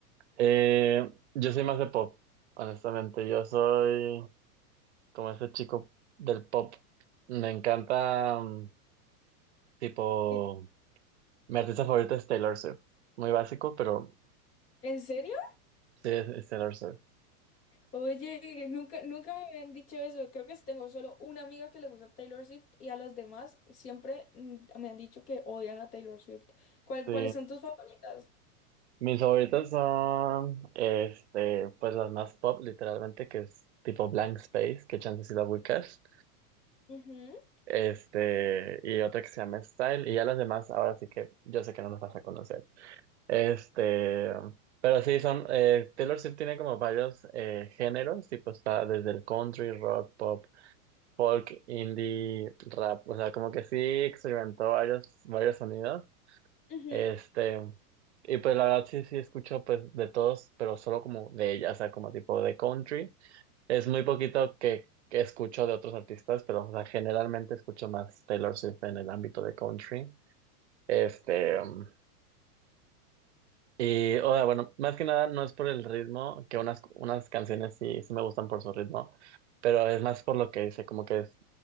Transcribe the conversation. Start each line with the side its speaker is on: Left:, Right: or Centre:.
Right: Eh, yo soy más de pop, honestamente. Yo soy como ese chico del pop. Me encanta, mm, tipo,
Left: ¿Qué te-
Right: mi artista favorita es Taylor Swift. Muy básico, pero
Left: ¿En serio?
Right: sí es, es Taylor Swift.
Left: Oye, nunca, nunca me habían dicho eso. Creo que sí tengo solo una amiga que le gusta Taylor Swift y a las demás siempre mm, me han dicho que odian a Taylor Swift. ¿Cuál-
Right: Sí.
Left: cuáles son tus favoritas?
Right: Mis favoritas son, este, pues las más pop, literalmente, que es tipo Blank Space, que chance si la ubicas.
Left: Ujú,
Right: Este, y otra que se llama Style, y ya las demás, ahora sí que yo sé que no nos vas a conocer. Este, pero sí, son, eh, Taylor Swift tiene como varios eh, géneros, tipo está desde el country, rock, pop, folk, indie, rap, o sea, como que sí experimentó varios, varios sonidos.
Left: ujú.
Right: Este, y pues la verdad sí, sí escucho pues de todos, pero solo como de ella, o sea, como tipo de country. Es muy poquito que, que escucho de otros artistas, pero o sea, generalmente escucho más Taylor Swift en el ámbito de country. Este, um, y o sea, bueno, más que nada no es por el ritmo, que unas, unas canciones sí, sí me gustan por su ritmo, pero es más por lo que dice, como que es,